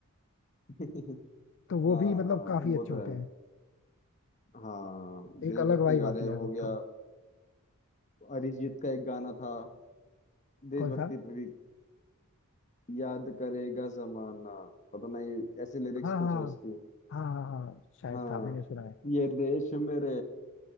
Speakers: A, on the left (about 35°); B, on the left (about 55°).
A: <laughs>
B: तो वो
A: हाँ
B: भी मतलब काफी
A: वो
B: अच्छे
A: तो
B: होते
A: है
B: हैं
A: हाँ
B: एक
A: देशभक्ति
B: अलग वाइब
A: गाने
B: आती है
A: हो
B: यार उनको
A: गया अरिजीत का एक गाना था देशभक्ति
B: कौन सा
A: पे भी याद करेगा जमाना पता नहीं ऐसे लिरिक्स
B: हाँ
A: कुछ
B: हाँ
A: है उसकी
B: हाँ हाँ हाँ शायद
A: हाँ
B: था मैंने सुना है
A: ये देश मेरे